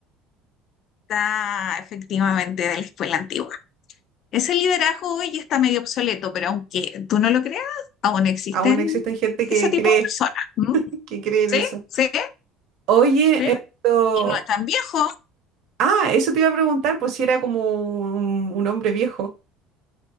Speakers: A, on the left; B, on the right.
A: Está efectivamente de la escuela antigua. Ese liderazgo hoy está medio obsoleto, pero aunque tú no lo creas, aún existen
B: Aún existen gente que
A: ese tipo
B: cree,
A: de personas. ¿Mm?
B: <laughs> que cree en
A: ¿Sí?
B: eso.
A: ¿Sí?
B: Oye,
A: ¿Sí?
B: esto...
A: Y no es tan viejo.
B: Ah, eso te iba a preguntar, pues si era como un, un hombre viejo.